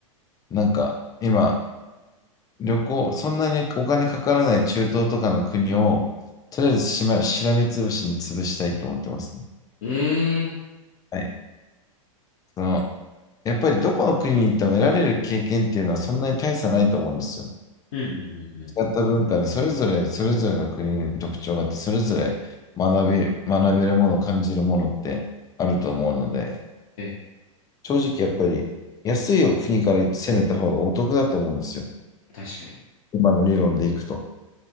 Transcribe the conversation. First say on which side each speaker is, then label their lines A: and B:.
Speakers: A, on the left; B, on the left.
A: なんか今、旅行、そんなにお金かからない中東とかの国を、とりあえずしま、しらみつぶしに潰したいと思ってますね。
B: ええ
A: はい。その、やっぱりどこの国に行っても得られる経験っていうのはそんなに大差ないと思うんですよ。
B: うん、うん、うん、う
A: 違った文化でそれぞれ、それぞれの国に特徴があって、それぞれ学び、学べるもの、感じるものってあると思うので、
B: ん。え、
A: 正直やっぱり安いを国から攻めた方がお得だと思うんですよ。
B: 確かに。
A: 今の理論でいくと。